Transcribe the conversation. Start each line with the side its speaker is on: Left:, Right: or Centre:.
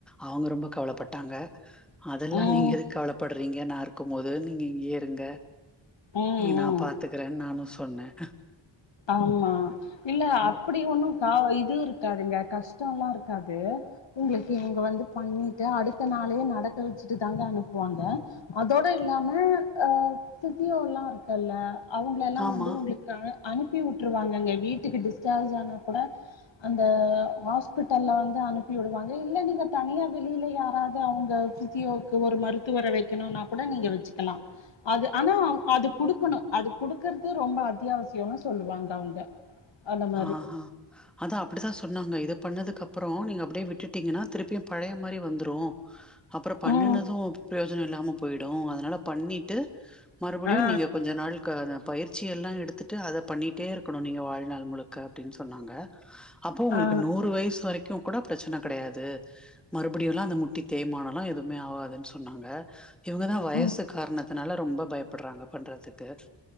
Centre: அவங்க ரொம்ப கவலைப்பட்டாங்க அதெல்லா
Left: ம்
Centre: நீங்க எதுக்கு கவலைப்படு நீங்க நான் இருக்கும் போது நீங்க இங்கயே இருங்க
Left: ம்
Centre: நீ நான்
Left: ம்
Centre: பாத்துக்கறேன் நானும் சொன் சொன்னேன்
Left: ஆமா இல்ல அப்படி ஒண்ணும் கா இது இருக்காதுங்க கஷ்டலா இருக்காது உங்களுக்கு இங்க வந்து பண்ணிட்டு அடுத்த நாளையே நடக்க வச்சுட்டு தாங்க அனுப்புவாங்க அதோட இல்லாம ஆ பிசியோலா இருக்குல்ல அவங்களல்லாம்
Centre: ஆமா
Left: வந்து உங்களுக்கு அனுப்பி உட்ருவாங்க வீட்டுக்கு டிஸ்ஸார்ஜ் ஆனா கூட அந்த ஹாஸ்பிட்டல்ல வந்து அனுப்பி விடுவாங்க இல்ல நீங்க தனியா வெளியில யாராவது அவங்க பிசியோக்கு ஒரு மருத்துவரை வைக்கணும்னா கூட நீங்க வச்சுக்கலாம் அது ஆனா அது கொடுக்கணும் அது குடுக்கறது ரொம்ப அத்தியாவசிய <unintelligible> சொல்லுவாங்க அவங்க மாரி
Centre: ஆஹ்ஹ அதான் அப்படித்தான் சொன்னாங்க இது பண்ணதுக்கு அப்புறம் நீங்க டே விட்டுட்டீங்கன்னா திருப்பியும் பழைய மாரி வந்துரும் அப்புறம் பண்ணனதும்
Left: ம்
Centre: ப்ரோச் யோஜன இல்லாம போயிடும் அதனால பண்ணிட்டு மறுபடியும்
Left: ஆ
Centre: நீங்க கொஞ்ச நாள் ப பயிற்சி எல்லாம் எடுத்துட்டு அதை பண்ணிட்டே இருக்கணும் நீங்க வாழ் நாள் முழுக்க அப்டின்னு சொன்னாங்க அப்போ உங்களுக்கு
Left: ஆ
Centre: நூறு வயசு வரைக் க்கியூ கூட பிரச்சன கிடையாது மறுபடியுனா அந்த முட்டி தேய்மானல்லா எதுவுமே ஆவாதுனு சொன்னாங்க இவங்க தா வயசு
Left: ம்
Centre: காரணத்தினால ரொம்ப பயப்படுறாங்க பண்றதுக்கு